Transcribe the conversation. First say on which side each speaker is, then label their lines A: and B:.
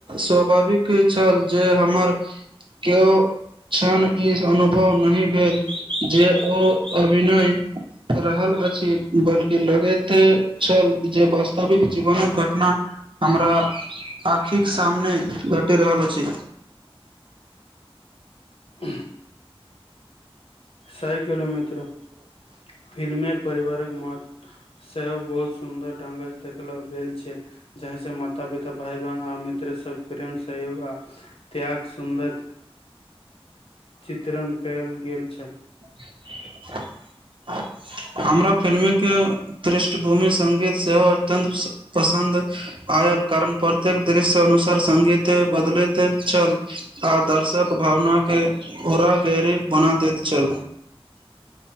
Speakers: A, on the right; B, on the left.
A: स्वाभाविक छल जे हमर केओ छण ई अनुभव नही भेल जे ओ अभिनय रहल अ छी बल्कि लगैत छल जे वास्तविक जीवनक घटना हमरा आँखिक सामने घटि रहल अछि।
B: उंह सही कहलौ मित्र फिल्म मे परिवारक महत्व सेहो बहुत सुंदर ढंग स देखलो गेल छै जाहि सें माता, पिता, भाय, बहिन आ मित्र सभ प्रेम, सहयोग आ त्याग सुन्दर चित्रण कयल गेल छल।
A: <inaudible> हमरा फिल्मे के पृष्ठभूमि संगीत सेहो अत्यन्त पसंन्द आयल कारण प्रत्येक दृश्य अनुसार संगीत बदलैत छल। आ दर्शक भावना के ओरा करीब बना दैत छल।